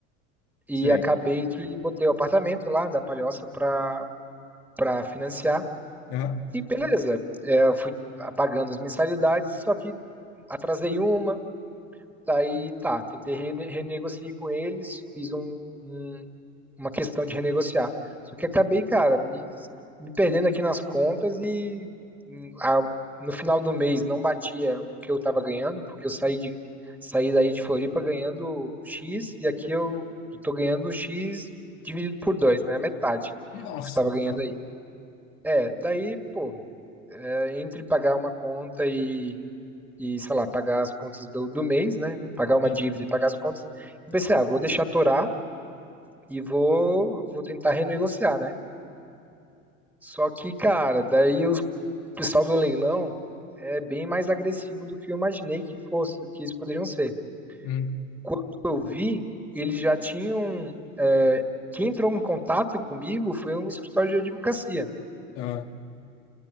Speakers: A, in the centre; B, on the left.
A: e
B: sei.
A: acabei que botei o apartamento lá da Palhoça para para financiar.
B: Ah,
A: E beleza, é, eu fui pagando as mensalidades, só que atrasei uma, daí tá, tentei rene renegociar com eles, fiz um, um, uma questão de renegociar. Só que acabei, cara, me, me perdendo aqui nas contas e hum, a, no final do mês não batia o que eu estava ganhando, porque eu saí, de, saí daí de Floripa ganhando X e aqui eu estou ganhando X dividido por dois, né? Metade
B: nossa.
A: do que eu estava ganhando
B: Ah,
A: aí. É, daí, pô, é, entre pagar uma conta e, e, sei lá, pagar as contas do, do mês, né? Pagar uma
B: sim.
A: dívida e pagar as contas, eu pensei, ah, vou deixar torar e vou, vou tentar renegociar, né? Só que, cara, daí o pessoal do leilão é bem mais agressivo do que eu imaginei que fosse, que eles poderiam ser.
B: Hum,
A: Quando eu vi, eles já tinham. é, quem entrou em contato comigo foi um escritório de advocacia.
B: ah,